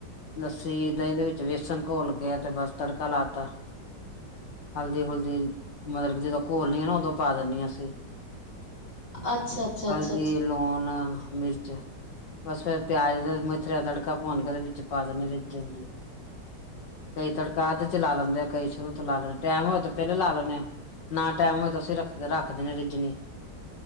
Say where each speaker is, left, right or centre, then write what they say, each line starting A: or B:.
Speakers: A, on the left; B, on the left.
A: ਲੱਸੀ ਦਹੀਂ ਦੇ ਵਿੱਚ ਵੇਸਣ ਘੋਲ ਕੇ ਤੇ ਬਸ ਤੜਕਾ ਲਾ ਤਾ ਹਲਦੀ ਹੁਲਦੀ ਮਤਲਬ ਕਿ ਜਦੋਂ ਘੋਲਨ ਆ ਨਾ ਉੋਂ ਪਾ ਦਿੰਦੇ ਆ ਅਸੀ
B: ਅੱਛਾ ਅੱਛਾ
A: ਹਲਦੀ
B: ਅੱਛਾ
A: ਲੂਣ ਮਿਰਚ ਬਸ ਫੇਿਰ ਪਿਆਜ ਦੇ ਮਿਥਰੇ ਦਾ ਤੜਕਾ ਭੁਨ ਕੇ ਉਹਦੇ ਵਿੱਚ ਪਾ ਦਦੇਾਂ ਰਿੱਜ ਜਾਂਣਦੀ ਕਈ ਤੜਕਾ ਅੱਧ ਚ ਲਾ ਲੈਂਦੇ ਆ ਕਈ ਸ਼ੁਰੂ ਤੋਂ ਲਾ ਲੈਣੇ ਟਾਈਮ ਹੋਏ ਤੇ ਪਹਿਲੇ ਲਾ ਲੈਣੇ ਆ ਨਾ ਟਾਈਮ ਹੋਏ ਤਾਂ ਅਸੀ ਰੱਖਦੇ ਰੱਖ ਆਖਦੇ ਨੇ ਰਜਨੀ